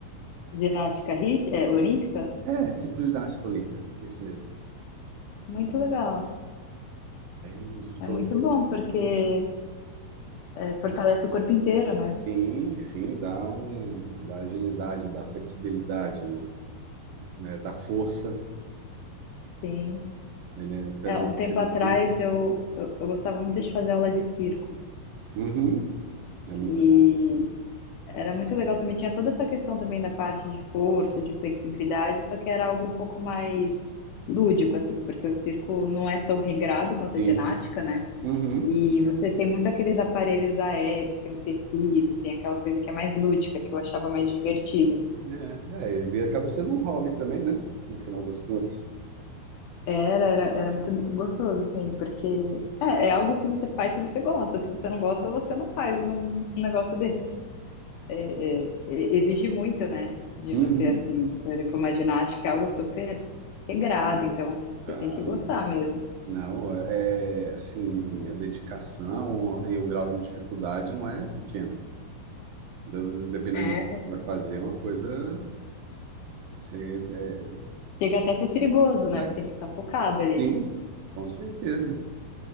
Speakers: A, on the left; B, on the right.
A: ginástica rit- é, olímpica?
B: É, tipo ginástica olímpica, isso mesmo.
A: Muito legal.
B: Aí a gente
A: É
B: colocou
A: muito
B: ele
A: bom, porque
B: assim.
A: é, fortalece o corpo inteiro, né?
B: Sim, sim, dá um, dá agilidade, dá flexibilidade, né, dá força.
A: Sim.
B: Ele é, apesar
A: É, um
B: de
A: tempo
B: ser
A: atrás
B: um pouquinho-
A: eu, eu, eu gostava muito de fazer aula de circo.
B: Uhum, é muito.
A: E era muito legal também. Tinha toda essa questão também da parte de força, de flexibilidade, só que era algo um pouco mais lúdico, assim, porque o circo não é tão regrado quanto
B: Sim.
A: a ginástica, né?
B: Uhum.
A: E você tem muito aqueles aparelhos aéreos, tem o tecido, tem aquela coisa que é mais lúdica, que eu achava mais divertido.
B: É, é, aí vira- acaba sendo um hobby também, né? No final das contas.
A: Era, era, era muito gostoso, assim, porque é, é algo que você faz se você gosta. Se você não gosta, você não faz um, um negócio desse, né? É, é, é, exige muito, né, de
B: Uhum,
A: você, assim, por exemplo, uma ginástica é algo super regrado, então
B: claro.
A: você tem que gostar mesmo.
B: Não, é é, assim, a dedicação e o grau de dificuldade não é pequeno. Deus- Dependendo
A: É,
B: do que você vai fazer, é uma coisa. Você, é,
A: Chega até a ser perigoso, né?
B: mas,
A: Você tem que estar focado ali.
B: sim, com certeza.